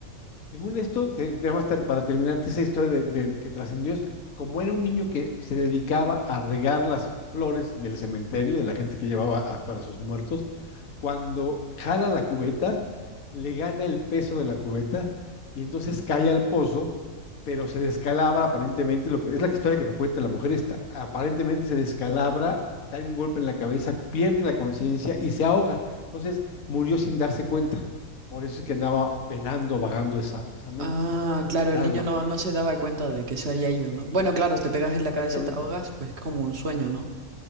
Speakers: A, on the left; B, on the right.
A: Según esto, te- te- además, ter- para terminarte esa historia de, de que trascendió, es como era un niño que se dedicaba a regar las flores del cementerio, de la gente que llevaba a- para sus muertos, cuando jala la cubeta, le gana el peso de la cubeta y entonces cae al pozo, pero se descalabra aparentemente, lo que es la historia que me cuenta la mujer esta, aparentemente se descalabra, da un golpe en la cabeza, pierde la conciencia y se ahoga. Entonces murió sin darse cuenta. Por eso es que andaba penando, vagando esa, esa mente,
B: Ah, claro,
A: esa
B: el niño
A: alma.
B: no, no se daba cuenta de que se había ido, ¿no? Bueno, claro, si te pegas en la cabeza
A: Exactamente,
B: y te ahogas, pues como un sueño, ¿no?